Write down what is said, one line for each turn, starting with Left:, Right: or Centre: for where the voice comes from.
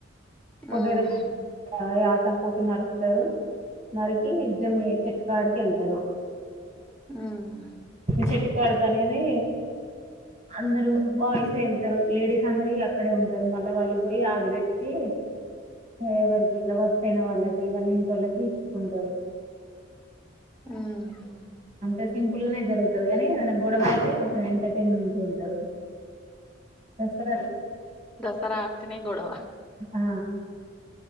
Right: బొడ్రాయి
Centre: ఉహు
Right: దగ్గిర యాట పోతుని నరుకుతారు నరికి జమ్మి చెట్టు కాడికి వెళ్తారు
Centre: ఉమ్
Right: చెట్టు కాడకి అనేది అందరూ బాయ్సే ఎళ్తారు లేడీస్ అందరీ అక్కడే ఉంటారు మళ్ళా వాళ్ళు పోయి ఆకు తెచ్చి ఎవ్వరికి ఇట్లా వర్సయిన వాళ్ళకి వాళ్ళ ఇంటోళ్ళకి ఇచ్చుకుంటారు
Centre: ఊహూ
Right: అంటే సింపుల్ గానే జరుగుతుది కానీ ఏదైనా గొడవ అయితే కొంచెం ఎంటర్టైన్మెంట్ ఉంటది దసరా
Centre: దసరా అంటేనే గొడవ
Right: ఆ